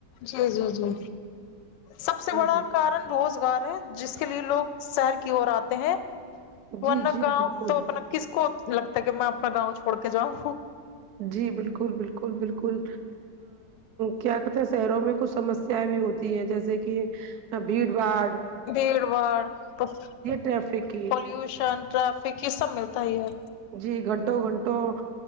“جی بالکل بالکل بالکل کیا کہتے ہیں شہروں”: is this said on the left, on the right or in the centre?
Right